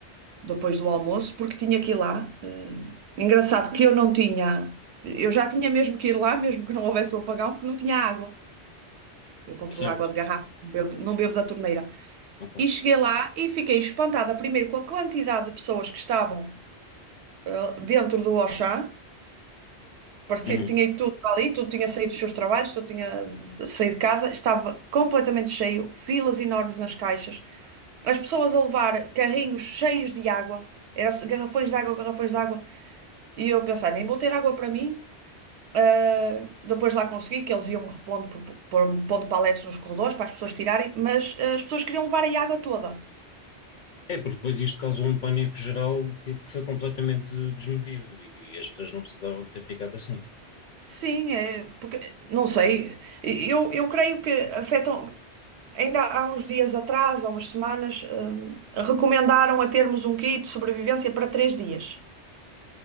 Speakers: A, on the right; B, on the left.
A: depois do almoço porque tinha que ir lá. ehm, engraçado que eu não tinha. Eu já tinha mesmo que ir lá, mesmo que não houvesse o apagão, porque não tinha água. Eu compro
B: Certo.
A: água de garrafa, não bebo, não bebo da torneira.
B: Ok.
A: E cheguei lá e fiquei espantada, primeiro com a quantidade de pessoas que estavam eh, dentro do Auchan, parecia
B: Uhum.
A: que tinha ido tudo para ali, tudo tinha saído dos seus trabalhos, tudo tinha eh, saído de casa, estava completamente cheio, filas enormes nas caixas, as pessoas a levar carrinhos cheios de água, eram garrafões de água, garrafões de água, e eu a pensar, nem vou ter água para mim. Uh, depois lá consegui que eles iam repondo, por, por, pondo paletes nos corredores para as pessoas tirarem, mas uh, as pessoas queriam levar a água toda.
B: É, porque depois isto causou um pânico geral que, que foi completamente desmedido e, e as pessoas não precisavam ter ficado assim.
A: Sim, é, porque, não sei, eu, eu creio que afetam. Ainda há uns dias atrás, há umas semanas, hum, recomendaram a termos um kit de sobrevivência para três dias.